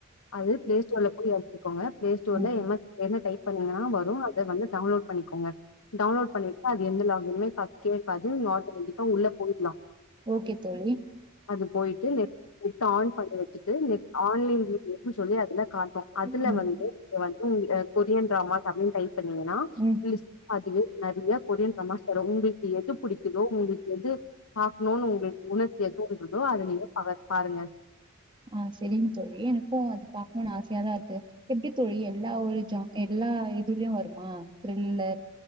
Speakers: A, on the left; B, on the right.
A: அது ப்ளே ஸ்டோர்ல போய் எறக்கிக்கோங்க ப்ளே ஸ்டோர்ல
B: ம்
A: எம் எக்ஸ் ப்ளேயர்னு டைப் பண்ணீங்கன்னா வரு அத வந்து டவுன்லோட் பண்ணிக்கோங்க டவுன்லோட் பண்ணிக்கா அது எந்த லாக்கின்மே கா கேக்காது <unintelligible> உள்ள போயிட்லா
B: ஓகே தோழி
A: அப்டி போயிட்டு நெட் நெட் ஆன் பண்ணி வச்சுட்டு நெட் ஆன்லைன்லே அப்டின்னு சொல்லி அதுல காட்டு அதுல
B: ம்
A: வந்து இ வந்து கொரியன் டிராமா தமிழ்னு டைப் பண்ணீங்கன்னா <unintelligible>
B: ம்
A: அதுவே நெறைய கொரியன் ட்ராமாஸ் தரு உங்களுக்கு எது புடிக்குதோ உங்களுக்கு எது பாக்கனுனு உங்களுக்கு உணர்ச்சிய தூண்டிட்ருக்கோ அத நீங்க பாருங்க
B: ஆ சரிங்க தோழி எனக்கு அது பாக்கணும்னு ஆசையாதா இருக்கு எப்டி தோழி எல்லா ஒரு ஜா எல்லா இதுலயு வருமா த்ரில்லர்